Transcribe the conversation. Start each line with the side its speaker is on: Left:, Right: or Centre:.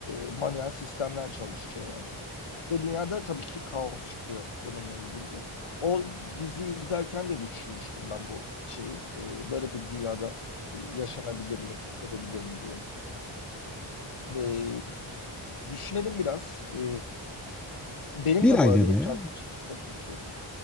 Left: e, manuel sistemler çalışıyor yani. Ve dünyada tabii ki kaos çıkıyor bununla ilgili. O diziyi izlerken de düşünmüştüm ben bu şeyi. E, böyle bir dünyada e, yaşanabilir mi, edebilir mi diye. E, düşünelim biraz. E, Benim
Centre: Bir
Left: de bu
Centre: aylığına
Left: arada ekran
Centre: ya.
Left: çok yüksek.